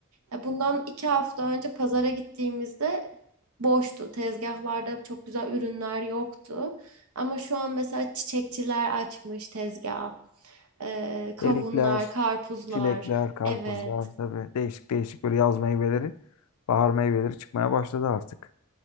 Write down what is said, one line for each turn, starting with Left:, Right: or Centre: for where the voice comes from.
Right: Ya Bundan iki hafta önce pazara gittiğimizde boştu. Tezgahlarda çok güzel ürünler yoktu. Ama şu an mesela çiçekçiler açmış tezgah. Ee, kavunlar,
Left: Erikler,
Right: karpuzlar.
Left: çilekler, karpuzlar
Right: Evet.
Left: tabii değişik değişik böyle yaz meyveleri, bahar meyveleri çıkmaya başladı artık.